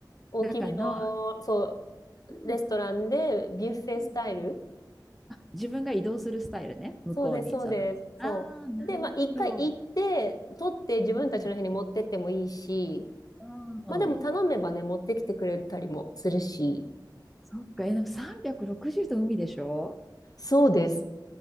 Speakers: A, on the left; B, in the centre.
A: 大きめの、
B: 中の、
A: そう、
B: うん
A: レストランでビュッフェスタイル。
B: うんうんあ、自分が移動するスタイルね、向こうに。
A: そうです、そうです。
B: その、ああ、
A: そう。
B: なるほど。
A: で、まあ、一回行って、取って自分たちの部屋に持ってってもいいし、
B: うん、
A: まあでも頼めばね、
B: うん
A: 持ってきてくれたりもするし。
B: そっか、え、でも360度海でしょ
A: そうです。